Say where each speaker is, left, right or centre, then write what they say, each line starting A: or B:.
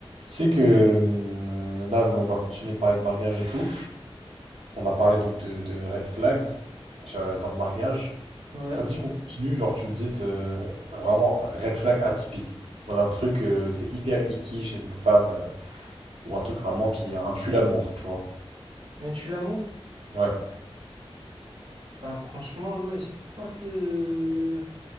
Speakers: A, on the right; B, on the right.
A: Tu sais que hum, là, on va continuer de parler de mariage et tout. On a parlé donc de, de red flags euh, dans le mariage.
B: Ouais.
A: Ça te dit qu'on continue, genre tu me dises euh, vraiment red flag atypique. Voilà un truc, euh, c'est hyper icky chez une femme euh, ou un truc vraiment qui a un tue l'amour, tu vois.
B: Mais tu l'amour?
A: Ouais,
B: Bah franchement, là, j'ai pas de...